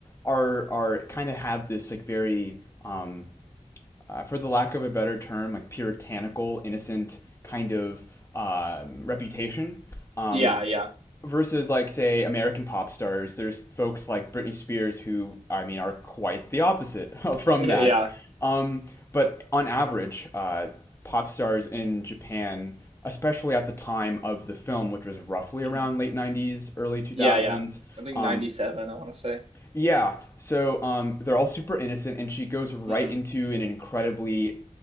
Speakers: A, on the left; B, on the right.
A: are are kind of have this like very um, uh, for the lack of a better term like puritanical, innocent kind of um, reputation. Um,
B: Yeah, yeah,
A: versus like say American pop stars, there's folks like Britney Spears who I mean are quite the opposite <laughs> from
B: <laughs>
A: that.
B: yeah.
A: Um, but on average, uh, pop stars in Japan, especially at the time of the film, which was roughly
B: Mm-hmm.
A: around late '90s, early 2000s.
B: Yeah, yeah. I think
A: Um,
B: ninety seven. I want to say.
A: yeah, so um, they're all super innocent, and she goes right
B: Mm-hmm.
A: into an incredibly